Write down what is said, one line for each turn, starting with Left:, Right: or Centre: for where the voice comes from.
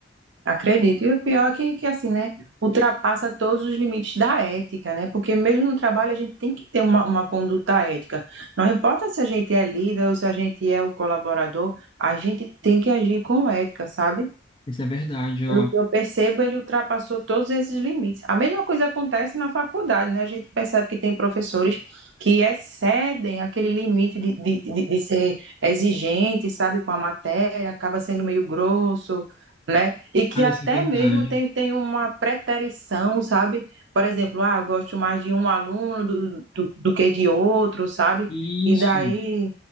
Right: Acredito. E o pior é que, que assim, né? Ultrapassa todos os limites da ética, né? Porque mesmo no trabalho a gente tem que ter uma, uma conduta ética. Não importa se a gente é líder ou se a gente é o colaborador, a gente tem que agir com ética, sabe?
Left: Isso é verdade,
Right: Pelo
Left: ó.
Right: que eu percebo, ele ultrapassou todos esses limites. A mesma coisa acontece na faculdade, né? A gente percebe que tem professores que excedem aquele limite de, de, de, de ser exigente, sabe, com a matéria, acaba sendo meio grosso, né? E que
Left: Cara,
Right: até
Left: isso é verdade.
Right: mesmo tem, tem uma preterição, sabe? Por exemplo, ah, eu gosto mais de um aluno do, do, do que de outro, sabe?
Left: Isso.
Right: E daí,